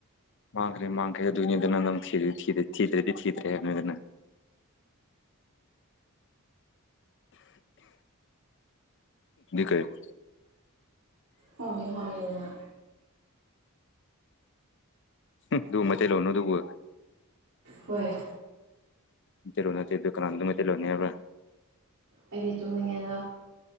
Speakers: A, on the left (about 55°); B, on the right (about 75°).
A: ꯃꯥꯡꯈ꯭ꯔꯦ ꯃꯥꯡꯈ꯭ꯔꯦ ꯑꯗꯨꯅꯤꯗꯅ ꯅꯪ ꯊꯤ ꯊꯤꯗ꯭ꯔꯦꯗꯤ ꯊꯤꯗ꯭ꯔꯦ ꯊꯤꯗ꯭ꯔꯦꯗꯅ ꯑꯗꯨꯅꯤꯗꯅ ꯀꯥꯏ <unintelligible>
B: ꯈꯪꯗꯤ ꯈꯪꯉꯤꯗꯅ
A: ꯑꯗꯨ ꯃꯩꯇꯩ ꯂꯣꯜꯂꯣ ꯑꯗꯨꯕꯨ
B: ꯍꯣꯏ
A: ꯇꯤꯂꯣ ꯅꯠꯇꯦꯗꯨ ꯀꯅꯅꯥ ꯃꯩꯇꯩ ꯂꯣꯜ ꯅꯩꯇꯦ ꯍꯥꯏꯕ꯭ꯔꯥ
B: ꯑꯩꯗꯤ ꯇꯨꯝꯅꯤꯡꯉꯦꯗ